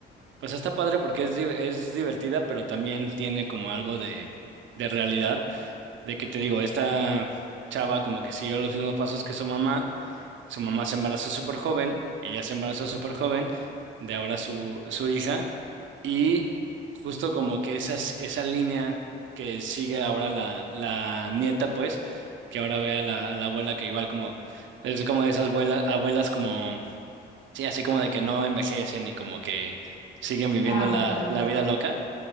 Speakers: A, on the right; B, on the left.
A: pues está padre porque es, di- es divertida, pero también tiene como algo de, de realidad, de que te digo, esta chava como que siguió los mismos pasos que su mamá su mamá se embarazó súper joven, ella se embarazó súper joven, de ahora su, su hija, y justo como que esas, esa línea que sigue ahora la, la nieta, pues, que ahora ve a la, a la abuela que igual como, es como de esas abuelas, abuelas como, sí, así como de que no envejecen y como que siguen viviendo
B: Ah, vale,
A: la,
B: vale.
A: la vida loca.